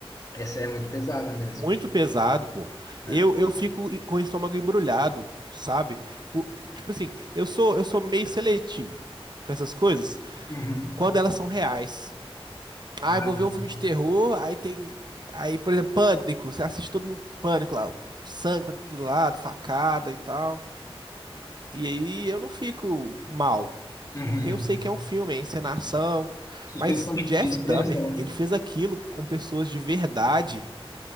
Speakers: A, on the left; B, on the right.
A: Essa é muito pesada mesmo.
B: Muito pesado, pô. Eu,
A: É.
B: eu fico e- com o estômago embrulhado, sabe? Po- tipo assim, eu sou eu sou meio seletivo com essas coisas
A: Uhum.
B: quando elas são reais. Ah,
A: Ah,
B: eu vou ver um filme de terror, aí tem. Aí, por exemplo, Pânico. Você assiste todo mundo Pânico lá, sangue pra todo lado, facada e tal. E aí eu não fico mal,
A: uhum.
B: porque eu sei que é um filme, é encenação.
A: Suspensão
B: Mas
A: de
B: o Jeff
A: de descrença,
B: Dahmer,
A: né?
B: ele fez aquilo com pessoas de verdade.